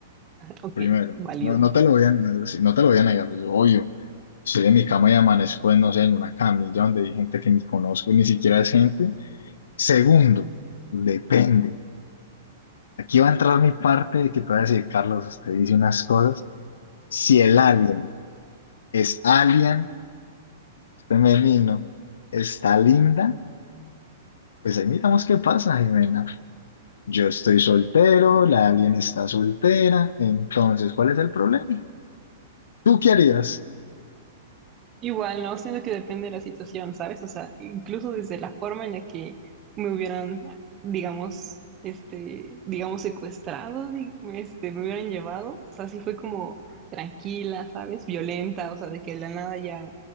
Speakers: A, on the right; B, on the left.
A: <laughs> Ok,
B: Primero.
A: válido.
B: No, no te lo voy a, no, sí, no te lo voy a negar. yo, obvio, estoy en mi cama y amanezco, en, no sé, en una camilla donde hay gente que ni conozco, ni siquiera es gente. Segundo, depende. Aquí va a entrar mi parte de que te voy a decir, Carlos, usted dice unas cosas. Si el alien es alien, femenino, está linda, pues ahí miramos qué pasa, Jimena. Yo estoy soltero, la alien está soltera, entonces, ¿cuál es el problema? ¿Tú qué harías?
A: Igual, no, siento que depende de la situación, ¿sabes? O sea, incluso desde la forma en la que me hubieran, digamos, este, digamos, secuestrado, di- este, me hubieran llevado, o sea, sí fue como tranquila, ¿sabes? Violenta, o sea, de que de la nada ya,